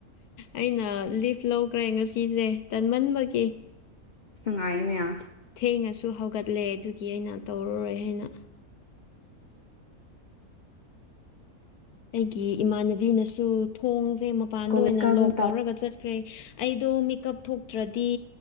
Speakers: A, on the left; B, on the left.
A: ꯑꯩꯅ ꯂꯤꯐ ꯂꯧꯈ꯭ꯔꯦ ꯉꯁꯤꯁꯦ ꯇꯟꯃꯟꯕꯒꯤ
B: ꯁꯉꯥꯏꯅꯦꯌꯥ
A: ꯊꯦꯡꯅꯁꯨ ꯍꯧꯒꯠꯂꯦ ꯑꯗꯨꯒꯤ ꯑꯩꯅ ꯇꯧꯔꯔꯣꯏ ꯍꯥꯏꯅ ꯑꯩꯒꯤ ꯏꯃꯥꯟꯅꯕꯤꯅꯁꯨ ꯊꯣꯡꯁꯦ ꯃꯄꯥꯟꯗ
B: ꯀꯣꯂꯦꯖ
A: ꯑꯣꯏꯅ
B: ꯀꯥꯕ
A: ꯂꯣꯛ
B: ꯃꯇꯝ
A: ꯇꯧꯔꯒ ꯆꯠ ꯀ꯭ꯔꯦ ꯑꯩꯗꯣ ꯃꯤꯀꯞ ꯊꯣꯛꯇ꯭ꯔꯗꯤ